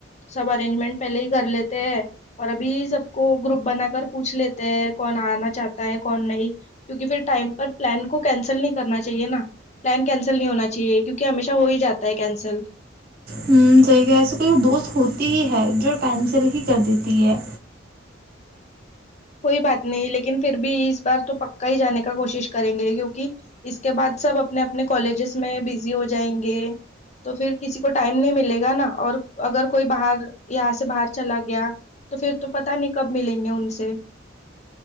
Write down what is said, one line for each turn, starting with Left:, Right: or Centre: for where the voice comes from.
Left: سب ارینجمنٹ پہلے ہی کر لیتے ہیں اور ابھی سب کو گروپ بنا کر پوچھ لیتے ہیں کون آنا چاہتا ہے کون نہیں کیونکہ پھر ٹائم پر پلان کو کینسل نہیں کرنا چاہیے نا پلان کینسل نہیں ہونا چاہیے کیونکہ ہمیشہ ہو ہی جاتا ت کینسل
Right: ہ کہیں کہ ایسے کوئی دوست ہوتی ہی ہے جو کینسل ہی کر دیتی ہے
Left: کوئی بات نہیں لیکن پھر بھی اس بار تو پکا ہی جانے کا کوشش کریں گے کیونکہ اس کے بعد سب اپنے اپنے کالجز میں بزی ہو جائیں گے تو پھر کسی کو ٹائم نہیں ملے گا نا اور اگر کوئی باہر یہاں سے باہر چلا گیا تو پھر تو پتا نہیں کب ملیں گے ان سے